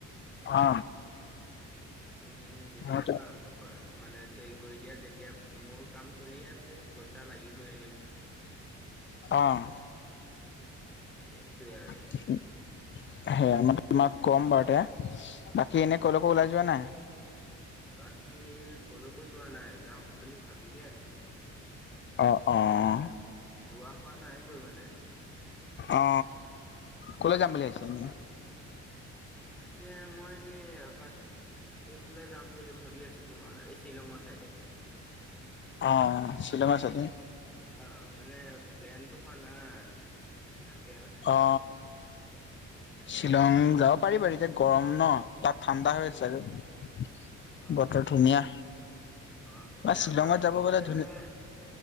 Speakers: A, on the left (about 40°); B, in the centre.
A: অ
B: তুমি যেতিয়াৰ
A: মই তো
B: পৰা আৰম্ভ কৰা মানে চেল কৰি দিয়া তেতিয়া মোৰ কাম চলিয় আছে পইচা লাগিব এনেও
A: অ',
B: উ সেইটোৱে আৰু
A: সে আমাৰ তোমাক ক'ম বাৰু তে বাকী এনে কলৈকো ওলাই যোৱা নাই
B: বাকী কলৈকো যোৱা নাই যাম বুলি ভাবিহে আছো
A: অঁ অঁঁ
B: যোৱা হোৱা নাই গৈ মানে।
A: অ কলৈ যাম বুলি
B: উম।
A: ভাবিছা এনে
B: তাকে মই এনেই এপাক এইফালে যাম বুলি ভাবি আছো তোমাৰ এই শ্বিলঙৰ চাইডে।
A: অ চিলেমা চতে
B: অ মানে প্লেনতো হোৱা নাই তাকে মানে
A: অ শ্বিলং যাব পাৰিবাৰ এতিয়া গৰম ন। তাত ঠাণ্ডা হৈ
B: উম
A: আছে
B: অ
A: বতৰ ধুনীয়া।
B: অ মানে
A: বা শ্বিলঙত
B: আপাৰ চামৰ
A: যাব গ'লে
B: চাইডে
A: ধুনীয়া
B: মানে